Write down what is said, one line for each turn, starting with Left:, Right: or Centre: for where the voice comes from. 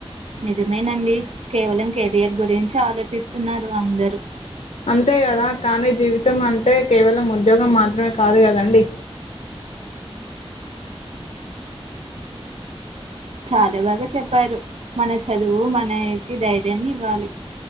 Right: నిజమేనండి కేవలం కెరియర్ గురించి ఆలోచిస్తున్నారు అందరూ
Left: అంతే కదా కానీ జీవితం అంటే కేవలం ఉద్యోగం మాత్రమే కాదు కదండి
Right: చాలా బాగా చెప్పారు మన చదువు మనకి ధైర్యాన్ని ఇవ్వాలి